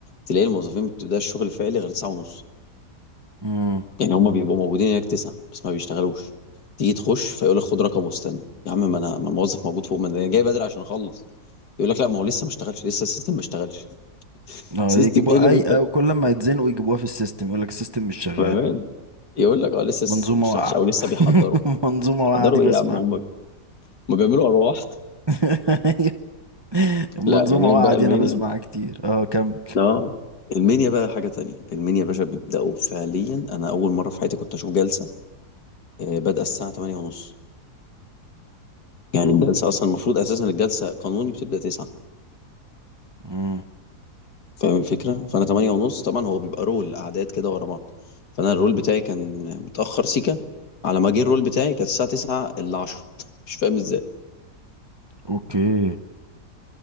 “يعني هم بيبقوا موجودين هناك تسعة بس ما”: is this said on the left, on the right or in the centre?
Left